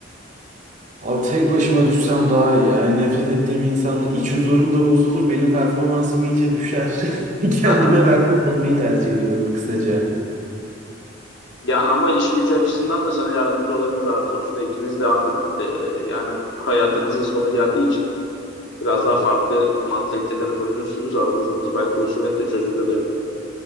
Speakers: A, on the right; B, on the left.
A: Abi tek başıma düşsem daha iyi Yani nefret ettiğim insanla iç huzurum da bozulur. Benim performansım iyice düşer. <laughs> Kendime
B: Aha.
A: ben bağlamayı tercih ediyorum kısaca.
B: Ya ama iş gücü açısından da sana yardımcı olabilir abi. Sonuçta ikiniz de artık e, yani hayatınızın sonu geldiği için biraz daha farklı mantalitelere bölünürsünüz. Aranızdaki belki husumet de çözülür yani.